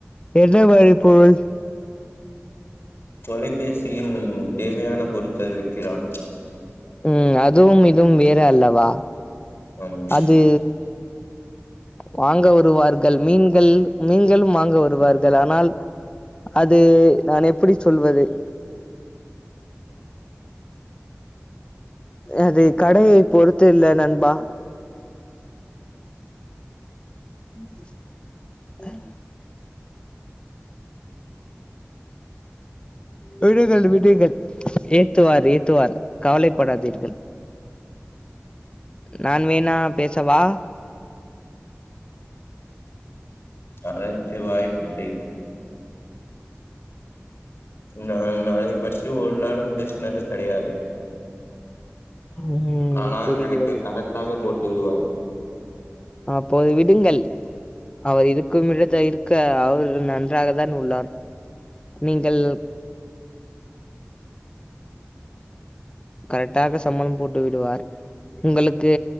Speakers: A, on the left (about 20°); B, on the left (about 60°).
A: எந்த மாரி பொருள்
B: தொலைபேசியின் தேவையான பொருட்கள் விற்கிறான்
A: ம் அதுவும் இதுவும் வேற அல்லவா
B: ஆமாம்
A: அது வாங்க வருவார்கள் மீன்கள் மீன்களும் வாங்க வருவார்கள் ஆனால் அது நான் எப்படி சொல்வது அது கடையை பொறுத்து இல்ல நண்பா <unintelligible> விடுங்கள் விடுங்கள் ஏத்துவார் ஏத்துவார் கவலைப்படாதீர்கள் நான் வேணா பேசவா
B: அதற்கு வாய்ப்பு இல்லை நான் அதை பற்றி ஒரு நாளும் பேசினது கிடையாது
A: ம்
B: ஆனால்
A: புரிகிறது
B: எனக்கு கரெக்டாக போட்டு விடுவார்
A: அப்போது விடுங்கள் அவர் இருக்கும்மிடத்தை இருக்க அவர் நன்றாக தான் உள்ளார் நீங்கள் கரெக்டாக சம்பளம் போட்டு விடுவார் உங்களுக்கு